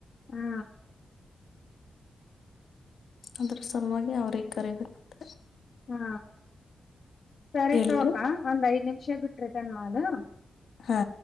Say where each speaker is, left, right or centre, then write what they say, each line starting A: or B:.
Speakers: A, on the left (about 45°); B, on the left (about 65°).
A: ಹಾ
B: ಅದರ್ ಸಲುವಾಗಿ ಅವ್ರಿಗೆ ಕರಿಬೇಕತ್ತ
A: ಹಾ ಸರಿ
B: ಎಲ್ರಿ
A: ತೋ ಅಕ್ಕಾ ಒಂದ್ ಐದ್ ನಿಮಿಷ ಬಿಟ್ಟ ಟ್ರೆಟನ್ನ ಅದು.
B: ಹಾ